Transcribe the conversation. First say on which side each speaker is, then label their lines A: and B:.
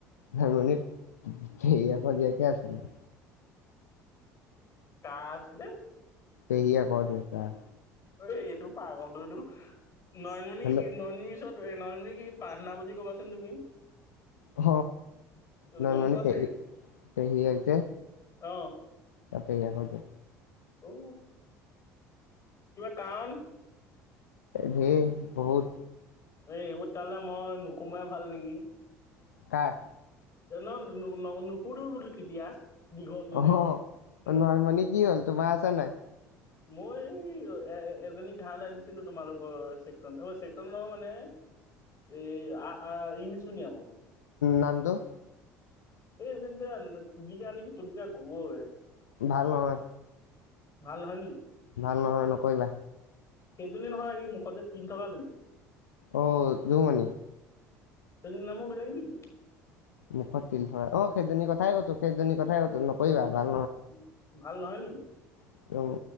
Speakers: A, on the left (about 75°); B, on the left (about 35°).
A: সেইজনী হেৰিয়কৰ জিয়েকহে আছিলে।
B: কাৰ আছিলে?
A: পেহীয়েকৰ জীয়েক তাৰ
B: এই -এইটো পাগলটো এইটো নয়নমণি
A: হেল্ল'
B: কি নয়নম পিছত নয়নমণিক এ প্ৰাৰ্থনা বুলি কবাচোন তুমি
A: অ নয়নমণি
B: গম পোৱা
A: পেহী
B: চাগে
A: পেহীয়েক যে
B: অ
A: তাতে <unintelligible>
B: অ কিবা কাৰণ?
A: ধেই বহুত
B: এই এইবোৰ তেতিয়াহ'লে মই নোসোমোৱাই ভাল নেকি?
A: কাৰ?
B: <unintelligible> যদি
A: অহ
B: উম,
A: নয়ণমনিম কি হ'ল তোমাৰ আছে নাই?
B: মই এ এজনী ঘাঁহ ধালিছিলো তোমালোকৰ চেকনচন অ চেকচন নহয় মানে
A: <inaudible>
B: এই ইংলিছ মিডিয়ামৰ
A: নামটো
B: এই জনী যে তুলিকা নেকি তুলিকা গগৈ
A: ভাল নহয়
B: ভাল নহয় নি?
A: ভাল নহয় নকৰিবা
B: সেইজনী নহয় এই মুখতে তিল থকাজনী।
A: অ জোনমনি?
B: এইজনীৰ নামো বেলেগ নেকি?
A: মুখত তিল থকা অ সেইজনী কথাই কৈছো সেইজনী কথাই কৈছো নকৰিবা ভাল
B: উ ভাল নহয় নেকি?
A: নহয়